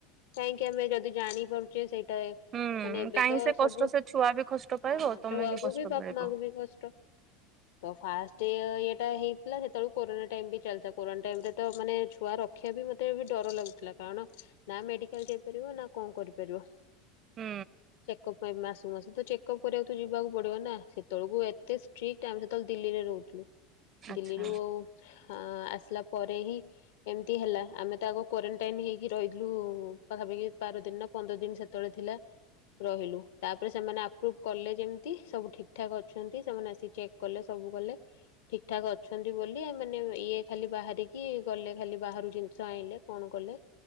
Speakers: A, on the left; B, on the right.
A: କାହିଁକି ଆମେ ଯଦି ଜାଣିପାରୁଛେ ସେଇଟା
B: ହୁଁ
A: ମାନେ ଏବେ
B: କାହିଁ
A: ତ
B: ସେ
A: ସବୁ
B: କଷ୍ଟ ସେ ଛୁଆ ବି କଷ୍ଟ
A: ହ
B: ପାଇବ ତମେ
A: ଛୁଆକୁ
B: କଷ୍ଟ
A: ବି ବାପା
B: ପାଇବ।
A: ମାଙ୍କୁ ବି କଷ୍ଟ ତ ଫାଷ୍ଟ ଇଟା ହେଇଥିଲା ସେତେବେଳଳେ କୋରୋନା ଟାଇମ ବି ଚାଲିଥିଲା କୋରୋନା ଟାଇମ ରେ ତ ମାନେ ଛୁଆ ରଖିବା ବି ମତେ ବି ଡର ଲାଗୁଥିଲା କାରଣ ନା ମେଡିକାଲ ଯାଇପାରିବ ନା କଣ କରିପାରିବ
B: ହୁଁ
A: ଚେକଅପ୍ ମାସକୁ ମାସ ତ ଚେକଅପ୍ କରିବାକୁ ତ ଯିବାକୁ ପଡିବ ନା ସେତେବେଳକୁ ଏତେ ଷ୍ଟ୍ରିକଟ ଆମେ ସେତେବେଳେ ଦିଲ୍ଲୀରେ ରହୁଥିଲୁ
B: ଆଚ୍ଛା
A: ଦିଲ୍ଲୀରୁ ଆଉ ହଁ ଆସିଲା ପରେ ହିଁ ଏମିତି ହେଲା ଆମେ ତ ଆଗ କ୍ୱାରେଣ୍ଟାଇନ ହେଇକି ରହି ପାଖାପାଖି ବାର ଦିନ ନା ପନ୍ଦର ଦିନ ସେତେବେଳେ ଥିଲା ରହିଲୁ ତାପରେ ସେମାନେ ଆପ୍ରୁଭ କଲେ ଯେମିତି ସବୁ ଠିକ ଠାକ ଅଛନ୍ତି ସେମାନେ ଆସିିକି ଚେକ୍ କଲେ ସବୁ କଲେ ଠିକ ଠାକ ଅଛନ୍ତି ବୋଲିମାନେେ ଇଏ ଖାଲି ବାହାରିକି ଗଲେ ଖାଲି ବାହ ଜିନିଷ ଆଣିଲେ କଣ କଲେ